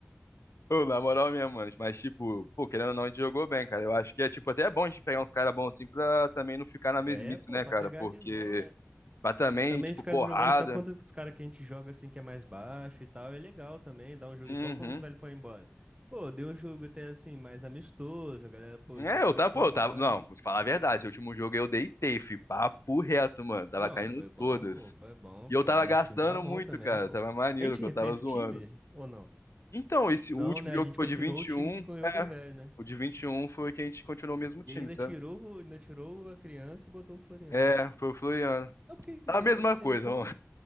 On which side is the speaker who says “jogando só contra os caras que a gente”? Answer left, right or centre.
Right